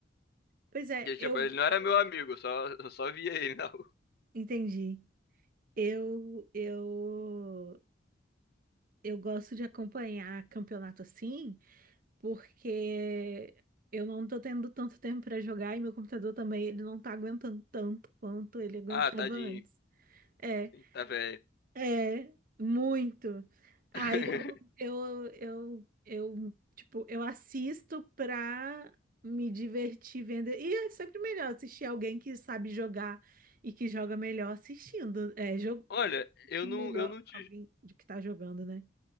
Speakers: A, on the right; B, on the left.
A: Pois é,
B: E, tipo,
A: eu
B: ele não era meu amigo, eu só, eu só via ele na rua. <laughs>
A: entendi. Eu, eu, eu gosto de acompanhar campeonato assim. porque eu não tô tendo tanto tempo para jogar e meu computador também, ele não tá aguentando tanto quanto ele aguentava
B: Ah, tadinho.
A: antes. É,
B: Sim, tá velho.
A: é, muito. Aí
B: <laughs>
A: eu, eu, eu, eu, tipo, eu assisto pra me divertir vendo. E é sempre melhor assistir alguém que sabe jogar e que joga melhor assistindo. É, jogo,
B: Olha,
A: assistir
B: eu não,
A: melhor
B: eu não te,
A: alguém de que tá jogando, né?